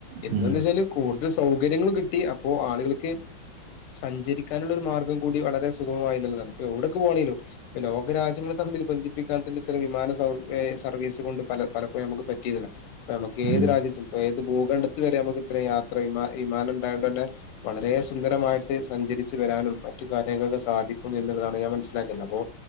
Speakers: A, on the left; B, on the right.
A: എന്താന്ന്
B: ഉം
A: വെച്ചാല് കൂടുതൽ സൗകര്യങ്ങൾ കിട്ടി അപ്പോ ആളുകൾക്ക് സഞ്ചരിക്കാനുള്ള ഒരു മാർഗം കൂടി വളരെ സുഗമമായി എന്നുള്ളതാണ് ഇപ്പൊ എവിടക്ക് പോകാണേലും ഈ ലോകരാജ്യ തമ്മിൽ ബന്ധിപ്പിക്കാൻ തന്നെ ഇത്തരം വിമാന സവ സർവീസ് കൊണ്ട് പല പലപ്പോഴും നമുക്ക് പറ്റിരുന്നില്ല. ഇപ്പ ഞമ്മക്ക്
B: ഉം
A: ഏത്
B: ഉം
A: രാജ്യത്തും ഇപ്പ ഏത് ഭൂഖണ്ഡത്തി വരെ നമുക്ക് ഇത്രയും യാത്ര യിമാ വിമാനം ഇണ്ടായോണ്ട് തന്നെ വളരെ സുന്ദരമായിട്ട്- സഞ്ചരിച്ചു വരാനും മറ്റു കാര്യങ്ങൾക്കെ സാധിക്കുന്നു എന്നുള്ളതാണ് ഞാൻ മനസ്സിലാക്കുന്നത് അപ്പോ